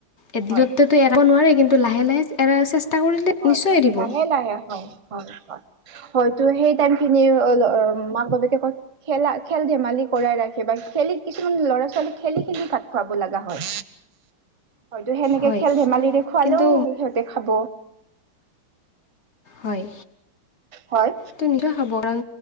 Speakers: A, on the left (about 40°); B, on the right (about 35°).
A: এদিনতো
B: হয়
A: এৰাব নোৱাৰে কিন্তু লাহে লাহে এৰাৰ চেষ্টা কৰিলে
B: হয়
A: নিশ্চয়
B: হয়
A: এৰিব
B: লাহে লাহে হয় হয় হয়, হয়টো‌ সেই টাইমখিনি অ ল মাক বাপেকে ক খেলা খেল ধেমালি কৰাই ৰাখে বা খেলি কিছুমান ল'ৰা ছোৱালী খেলি খেলি ভাত খুৱাব লগা হয়। হয়তো সেনেকে
A: হয়
B: খেল ধেমালিৰে খুৱালেও
A: কিন্তু
B: সিহঁতে খাব।
A: হয়,
B: হয়
A: ত নিজ খাব কাৰণ